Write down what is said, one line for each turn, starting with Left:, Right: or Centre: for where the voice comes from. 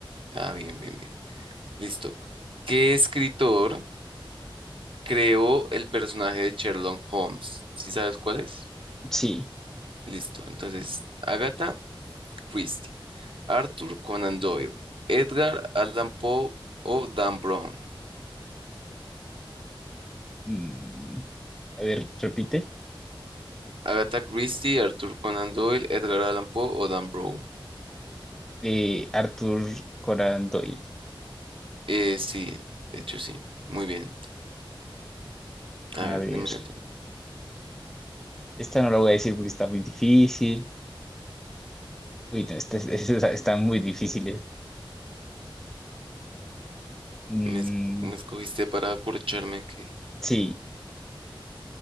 Right: Ah, bien, bien, bien. Listo. ¿Qué escritor creó el personaje de Sherlock Holmes? ¿Sí sabes cuál es?
Centre: sí.
Right: Listo. Entonces, Agatha Christie. Arthur Conan Doyle, Edgar Allan Poe o Dan Brown.
Centre: Mm, a ver, repite.
Right: Agatha Christie, Arthur Conan Doyle, Edgar Allan Poe o Dan Brown.
Centre: Eh, Arthur Conan Doyle.
Right: Eh, sí, de hecho sí. Muy bien. A
Centre: A
Right: ver,
Centre: ver.
Right: dime otra.
Centre: Esta no la voy a decir porque está muy difícil. Uy, no, esta, esta- está muy difíciles. Mm,
Right: Me, es- me escogiste para acorcharme, qué,
Centre: sí.